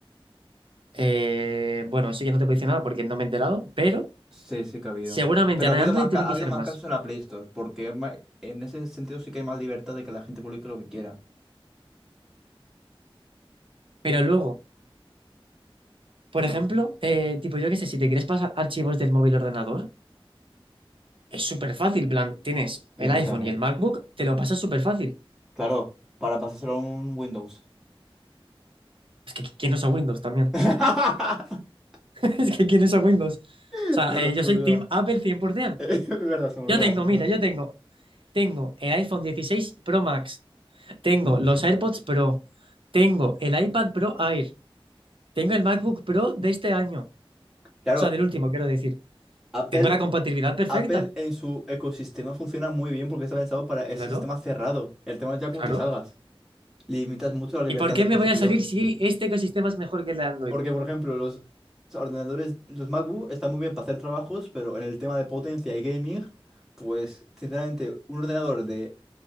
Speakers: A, on the right (about 65°); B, in the centre.
A: Eh, bueno, eso ya no te puedo decir nada porque no me he enterado, pero
B: Sí, sí que ha habido.
A: seguramente
B: Pero
A: en
B: ha habido
A: Android
B: más,
A: tiene
B: ca- ha
A: que
B: habido
A: ser
B: más
A: más.
B: casos en la Play Store, porque es ma- en ese sentido sí que hay más libertad de que la gente publique lo que quiera.
A: Pero luego, por ejemplo, eh, tipo yo qué sé, si te quieres pasar archivos del móvil al ordenador, es súper fácil, plan, tienes
B: Y
A: el
B: ando
A: iPhone
B: también.
A: y el MacBook, te lo pasas súper fácil.
B: Claro, para pasárselo a un Windows.
A: Es que ¿quién usa Windows también?
B: <laughs>
A: <laughs> Es que ¿quién usa Windows? O
B: Es
A: sea,
B: verdad,
A: eh, yo
B: se
A: soy
B: me olvidaba.
A: Team Apple 100%.
B: <laughs> Es verdad, se me olvidaba,
A: Yo tengo,
B: se me
A: mira,
B: olvidaba.
A: yo tengo, tengo el iPhone dieciséis Pro Max Tengo los AirPods Pro, tengo el iPad Pro Air, tengo el MacBook Pro de este año, o
B: Claro,
A: sea, del último, quiero decir.
B: Apple.
A: Tengo la compatibilidad perfecta.
B: Apple en su ecosistema funciona muy bien porque está pensado para ese
A: Claro,
B: sistema cerrado. El tema es ya cómo
A: claro.
B: te salgas. Limitas mucho la libertad
A: ¿Y por qué
B: del
A: me
B: consumidor.
A: voy a salir si este ecosistema es mejor que el de Android?
B: Porque, por ejemplo, los ordenadores, los MacBook están muy bien para hacer trabajos, pero en el tema de potencia y gaming, pues sinceramente, un ordenador de